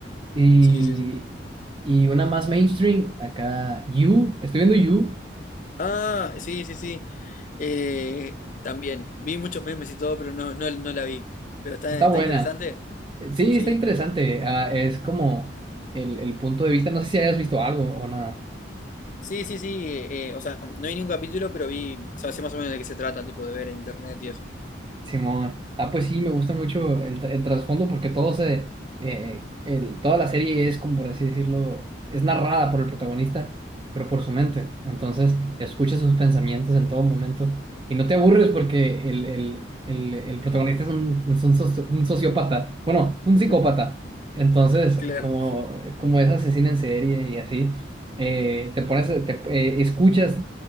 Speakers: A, on the right; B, on the left.
A: Y,
B: Sí, sí, sí.
A: y una más mainstream, acá, You. Estoy viendo You,
B: Ah, sí, sí, sí. Eh, también. Vi muchos memes y todo, pero no, no, no la vi. Pero está,
A: está
B: está
A: buena.
B: interesante.
A: Sí,
B: Sí.
A: está interesante. Ah, es como el, el punto de vista. No sé si hayas visto algo o nada.
B: Sí, sí, sí, eh, eh, o sea, no vi ningún capítulo, pero vi, o sea, sé más o menos de qué se trata, tipo de ver en internet y eso.
A: Simón. Ah, pues sí, me gusta mucho el, tra- el trasfondo porque todo se, eh, el- toda la serie es, como por así decirlo, es narrada por el protagonista, pero por su mente. Entonces, escuchas sus pensamientos en todo momento y no te aburres porque el, el, el, el protagonista es un, es un, socio- un sociópata, bueno, un
B: Ujú.
A: psicópata. Entonces,
B: Claro,
A: como, como es asesino en serie y así, eh, te pones, te, eh, escuchas